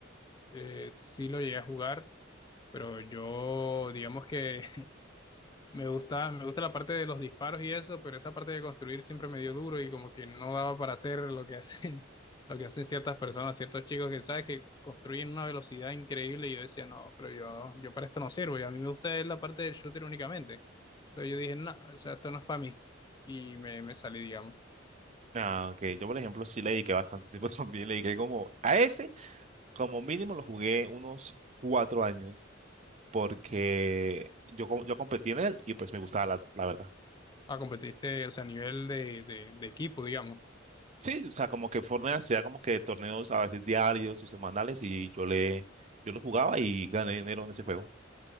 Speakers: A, on the left; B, on the right.
A: eh, sí lo llegué a jugar, pero yo, digamos que Me gusta, me gusta la parte de los disparos y eso, pero esa parte de construir siempre me dio duro y como que no daba para hacer lo que hacen, <laughs> lo que hacen ciertas personas, ciertos chicos que sabes que construyen una velocidad increíble y yo decía, no, pero yo, yo para esto no sirvo y a mí me gusta es la parte del shooter únicamente. Entonces yo dije, no, o sea, esto no es para mí y me, me salí, digamos.
B: Ah, que Yo, por ejemplo, sí le dediqué bastante tiempo <laughs> también. Le dediqué como a ese, como mínimo lo jugué unos cuatro años, porque yo, com- yo competí en él y pues me gustaba la, la verdad.
A: Ah, competiste, o sea, a nivel de, de, de equipo, digamos.
B: Sí, o sea, como que Fortnite hacía como que torneos a veces diarios o semanales y yo le, yo lo jugaba y gané dinero en ese juego.